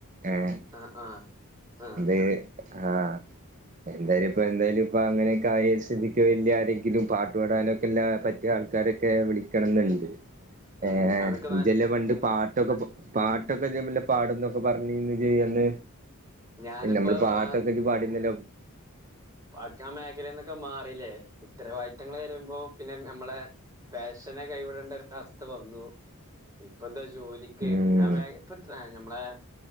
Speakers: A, on the right (about 35°); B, on the right (about 15°).
A: ഏഹ്
B: ആഹ് ആഹ് ആഹ്
A: എ ആഹ് എന്താലും ഇപ്പോ എന്തായാലും ഇപ്പോ അങ്ങനെയൊകെ ആയസ്ഥിതിക്ക് വലിയ ആരെങ്കിലും പാട്ട് പാടാനൊക്കെല്ലാ പറ്റിയ ആൾക്കാരൊക്കെ വിളി എത്രണ്ണംണ്ട്
B: ഉം
A: ഏഹ്
B: അതൊക്കെ ന
A: ഇജ്ജ്ല്ലെ പണ്ട്
B: ഉം
A: പാട്ടൊക്കെ പാട്ടൊക്കെ ല്ല പാടന്നൊക്കെ പറഞ്ഞന്ന് ചെയ്യാന്നന്ന്
B: ഞാനിപ്പോ
A: നമ്മള് പാട്ടൊക്കെ
B: ആ
A: പാടുന്നല്ലോ
B: ആ ഹ്മേഖലന്നൊക്കെ മാറില്ലേ ഉത്തരവാദിത്തങ്ങൾ വരുമ്പോ പിന്നെ നമ്മളെ ഫെഷനെ കൈവിടേണ്ട ഒര അവസ്ഥ വന്നു. ഇപ്പത്തെ ജോലിക്കേ
A: ഉം
B: പിന്നെ മ്മളെ ഇപ്പ ട്രാ ആഹ് ഞമ്മളെ